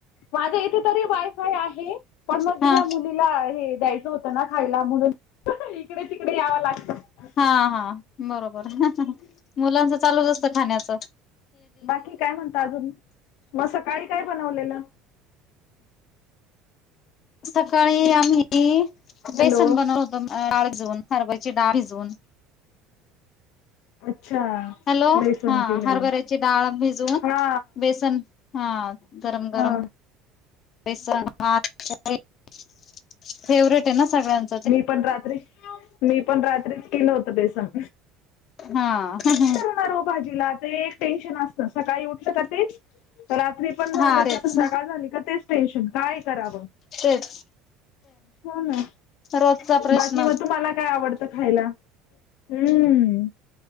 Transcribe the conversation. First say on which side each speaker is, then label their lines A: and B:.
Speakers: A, on the left; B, on the left.
A: माझ्यां इथे तरी वायफांय आहे पणं मंग
B: हा
A: ह्यां मुलीलां हे द्यायचं होतं नां खांयला म्हणूंन इकडे तिकडे यावं लागतं
B: हां हां बरोबर मुलांचं चालूंच असतें खाण्यांच
A: बाकी कायं म्हणतां अजूंन मंग सकाळीं कायं बनवलेलं
B: सकाळीं आम्हीं की
A: हॅलो
B: बेसंन बनवलं होतं डाळं भिजवूंन हरभ्यांची डाळं भिजवूंन
A: अच्छा
B: हॅलो
A: बेसन
B: हां
A: केलेलं
B: हरभऱ्यांची डाळं भिजवूंन
A: हा
B: बेसंन हां गरमं
A: हा
B: गरमं बेसंन भातं फेवरेट आहे नां सगळ्यांच
A: मी पणं रात्री मी पणं रात्रीचं केलं होतं बेसनं
B: हां हं
A: कायं हो भाजीलां ते एक टेन्शन असतं सकाळीं उठलं कां तेचं रात्री पणं
B: हा
A: झालं
B: तेच
A: कां संध्याकांळ झालीं कां तेचं टेन्शनं कायं करावं
B: तेचं
A: हो नां
B: रोजचा प्रश्न
A: बाकी मंग तुम्हांला कायं आवडतं खांयला हम्मं